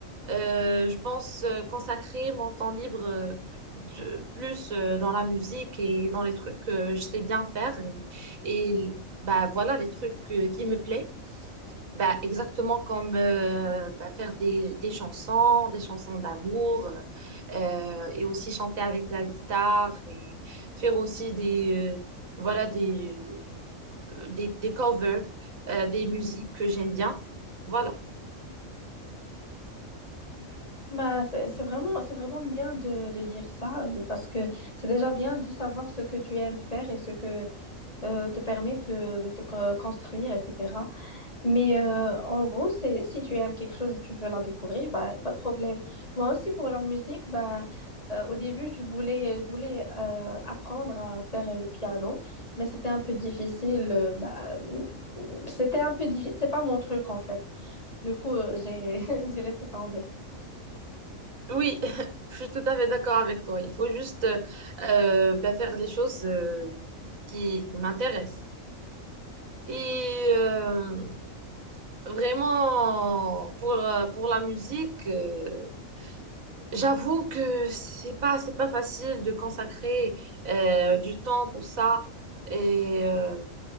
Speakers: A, on the right; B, on the left.
A: Euh, je pense euh, consacrer mon temps libre euh, de- plus euh, dans la musique et dans les trucs que je sais bien faire et, et, bah voilà les trucs euh, qui me plaisent bah exactement comme euh, bah, faire des, des chansons des chansons d'amour euh, euh, et aussi chanter avec la guitare et faire aussi des euh, voilà des euh, des, des covers euh, des musiques que j'aime bien voilà
B: Bah, c'est c'est vraiment, c'est vraiment bien de, de dire ça parce que c'est déjà bien de savoir ce que tu aimes faire et ce que euh, te permet de, de te co- construire, etc. Mais euh, en gros, c'est, si tu aimes quelque chose et tu veux la découvrir, bah, y a pas de problème. Moi aussi, pour la musique, bah, euh, au début, je voulais, je voulais euh, apprendre à faire le piano, mais c'était un peu difficile. euh, bah, c'était un peu difficile. C'est pas mon truc, en fait. Du coup, euh, j'ai, <laughs> j'ai laissé tomber.
A: Oui, <laughs> je suis tout à fait d'accord avec toi. Il faut juste euh, euh, bah, faire les choses euh, qui, qui m'intéressent. Et euh, vraiment, pour, euh, pour la musique, euh, j'avoue que c'est pas, c'est pas facile de consacrer euh, du temps pour ça. Et, euh,